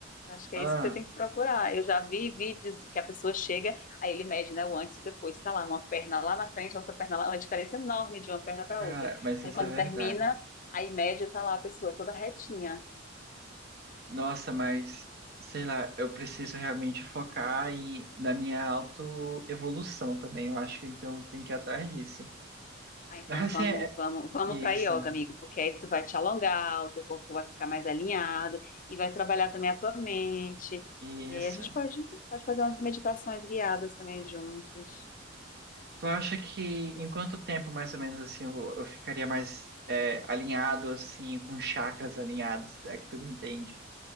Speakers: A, on the left; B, on the right.
A: Eu Acho que
B: Ah,
A: é isso que você tem que procurar. Eu já vi vídeos que a pessoa chega, aí ele mede, né, o antes e depois. Tá lá, uma perna lá na frente, outra perna lá, uma diferença enorme de uma perna para
B: cara,
A: outra.
B: mas
A: Aí
B: isso
A: quando
B: é verdade.
A: termina, aí média tá lá a pessoa toda retinha.
B: Nossa, mas, sei lá, eu preciso realmente focar em, na minha autoevolução também, eu acho que então eu tenho que ir atrás disso. <laughs>
A: Ah, então
B: Ah,
A: vamos,
B: sim, é, é-
A: vamos, vamos
B: isso,
A: para yoga, amigo, porque aí tu vai te alongar, o teu corpo vai ficar mais alinhado e vai trabalhar também a tua mente.
B: isso.
A: E aí a gente pode, pode fazer umas meditações guiadas também juntos.
B: Tu acha que em quanto tempo, mais ou menos, assim, eu, eu ficaria mais é, alinhado, assim, com chakras alinhados, se é que tu me entende,